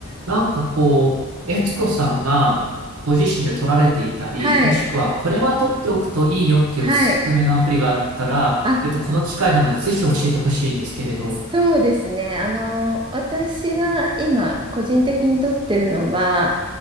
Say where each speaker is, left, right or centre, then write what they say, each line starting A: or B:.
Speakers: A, on the right; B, on the right.
A: なんかこう、悦子さんがご自身で取られていたり、
B: はい
A: もしくはこれは取っておくといいよっていうおすすめのアプリがあったら、
B: はいあ。
A: えっと、この機会なのでぜひ教えてほしいんですけれど、
B: そうですね。あの、私が今、個人的に取ってるのは、